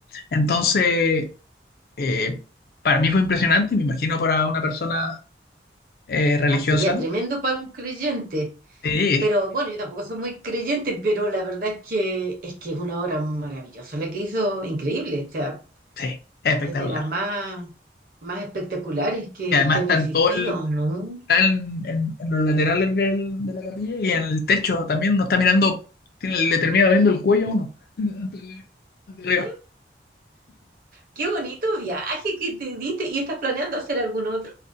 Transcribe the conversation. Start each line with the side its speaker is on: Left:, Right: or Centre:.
Left: Entonces, eh, para mí fue impresionante, y me imagino para una persona eh, religiosa.
Right: Ah, sería tremendo para un creyente.
Left: Sí,
Right: Pero bueno, yo tampoco soy muy creyente, pero la verdad es que es que es una obra maravillosa, la que hizo increíble, o sea,
Left: sí, es espectacular.
Right: es de las más, más espectaculares que,
Left: Y además
Right: que
Left: están
Right: han existido,
Left: todo el,
Right: ¿no?
Left: están en, en los laterales del- de la capilla y en el techo también. Uno está mirando, tiene- le termina viendo el cuello a uno. Antes de- antes de
Right: Mm,
Left: arriba.
Right: qué bonito viaje que te diste. ¿Y estás planeando hacer algún otro?